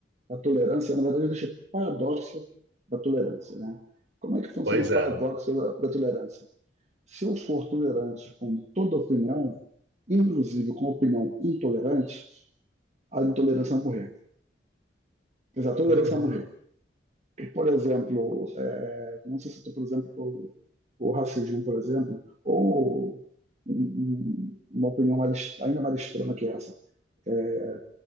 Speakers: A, on the right; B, on the right.
A: da tolerância, na verdade existe o paradoxo da tolerância, né? Como é que funciona
B: Pois
A: o
B: é.
A: paradoxo da, da tolerância? Se eu for tolerante com toda opinião, inclusive com opinião intolerante, a intolerância vai morrer. Quer dizer, a tolerância
B: Uhum,
A: vai morrer. E, Por exemplo, é, como você citou, por exemplo, o, o racismo, por exemplo, ou um- um- uma opinião mais, ex- ainda mais extrema que essa é,